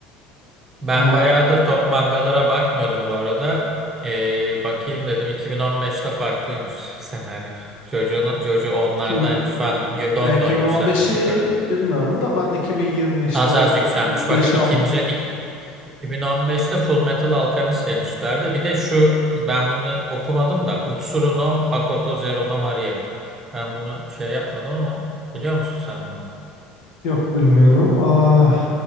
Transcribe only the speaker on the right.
Ben
bayağıdır top mangalara bakmıyordum bu arada. Ee, bakayım dedim 2015'te farklıymış <laughs> senaryo. Jojo, no, Jojo onlardaymış
falan. Yo- Don
don yükselmiş yukarı.
Az az yükselmiş.
Bak ikinci
ik- 2015'te Full Metal Alchemist en üstlerde. Bir de şu ben bunu okumadım da Utsuru no Hakoto Zero no Maria. Ben bunu şey yapmadım ama biliyor musun sen bunu?